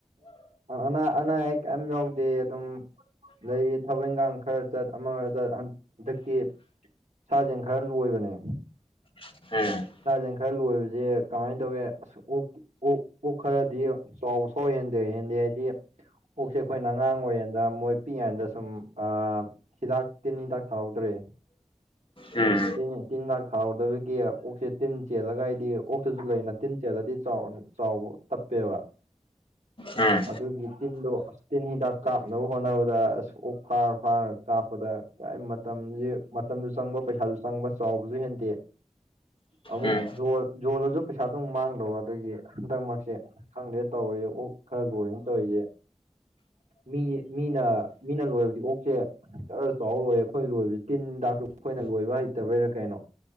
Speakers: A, on the right; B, on the left.
A: ꯑꯅꯥ ꯑꯅꯥ ꯑꯌꯦꯛ ꯀ ꯌꯥꯎꯗꯦ ꯑꯗꯨꯝ ꯂꯩꯌꯦ ꯊꯕꯛ ꯏꯪꯈꯥꯡ ꯈꯔ ꯆꯠ ꯑꯃ ꯈꯔ ꯆꯠ ꯍꯟ ꯍꯟꯗꯛꯇꯤ ꯁꯥ ꯁꯟ ꯈꯔ ꯂꯣꯏꯕꯅꯦ
B: <unintelligible>
A: ꯁꯥꯖꯟ ꯈꯔ ꯂꯣꯏꯕꯁꯦ ꯀꯃꯥꯏꯅ ꯇꯧꯒꯦ ꯑꯁ ꯑꯣ ꯑꯣꯛ ꯄꯨꯛ ꯈꯔꯗꯤ ꯆꯥꯎꯕ ꯍꯦꯟꯗ ꯍꯦꯟꯗꯦ ꯍꯥꯏꯗꯤ ꯑꯣꯛꯁꯦ ꯑꯈꯣꯏꯅ ꯑꯉꯥꯡ ꯑꯣꯏꯔꯤꯌꯥꯟꯗ ꯃꯣꯏ ꯄꯤꯛꯏꯉꯩꯗ ꯁꯨꯝ ꯑꯥ ꯍꯤꯗꯥꯛ ꯇꯤꯟ ꯍꯤꯗꯥꯛ ꯊꯥꯍꯧꯗ꯭ꯔꯦ
B: ꯎꯝ
A: ꯇꯤꯟꯅꯦ ꯇꯤꯟ ꯍꯤꯗꯥꯛ ꯊꯥꯍꯧꯗꯕꯒꯤ ꯑꯣꯛꯁꯦ ꯇꯤꯟ ꯆꯦꯜꯂꯒ ꯑꯩꯗꯤ ꯑꯣꯛꯇꯖꯨ ꯂꯩꯅ ꯇꯤꯟ ꯆꯦꯜꯂꯗꯤ ꯆꯥꯎꯔ ꯆꯥꯎꯕ ꯇꯞꯄꯦꯕ
B: ꯎꯝ
A: ꯑꯗꯨꯒꯤ ꯇꯤꯟꯗꯣ ꯑꯁ ꯇꯤꯟ ꯍꯤꯗꯥꯛ ꯀꯥꯞꯅꯕ ꯍꯣꯠꯅꯕꯗ ꯑꯁ ꯑꯣꯛ ꯐꯥꯔ ꯐꯥꯔ ꯀꯥꯞꯄꯗ ꯀꯏ ꯃꯇꯝꯁꯤ ꯃꯇꯝꯁꯨ ꯆꯪꯕ ꯄꯩꯁꯥꯁꯨ ꯆꯪꯕ ꯆꯥꯎꯕꯁꯨ ꯍꯦꯟꯗꯦ ꯑꯃꯨꯛ
B: ꯎꯝ
A: ꯖꯣꯜ ꯖꯣꯜꯂꯖꯨ ꯄꯩꯁꯥꯗꯨ ꯑꯃꯨꯛ ꯃꯥꯡꯗꯕ ꯑꯗꯒꯤ ꯍꯟꯗꯛ ꯃꯔꯛꯁꯦ ꯈꯪꯗꯦ ꯇꯧꯔꯤꯁꯦ ꯑꯣꯛ ꯈꯔ ꯂꯣꯢꯅ ꯇꯧꯔꯤꯁꯦ ꯃꯤ ꯃꯤꯅ ꯃꯤꯅ ꯂꯣꯏꯕꯗꯤ ꯑꯣꯛꯆꯦ ꯖꯔ ꯆꯥꯎ ꯂꯣꯏꯔꯦ ꯑꯈꯣꯏ ꯂꯣꯏꯕꯖꯦ ꯇꯤꯟ ꯗꯥꯛꯁꯨ ꯑꯈꯣꯏꯅ ꯂꯣꯏꯕ ꯍꯩꯠ ꯗꯕꯩꯔ ꯀꯩꯅꯣ